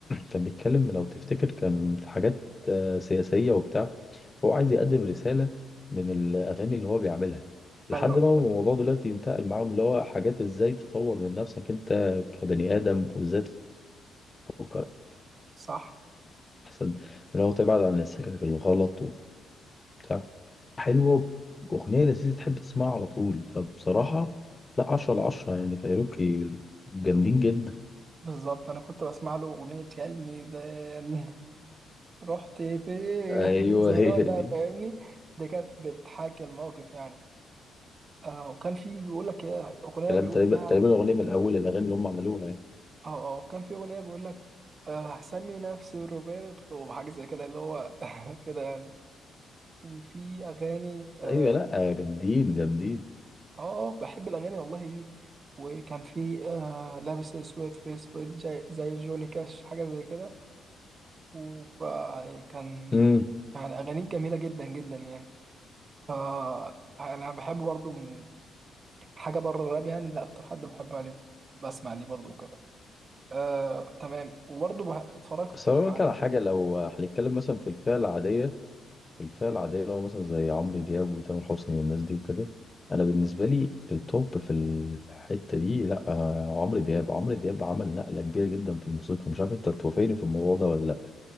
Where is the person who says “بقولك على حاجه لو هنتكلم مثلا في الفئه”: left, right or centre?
Left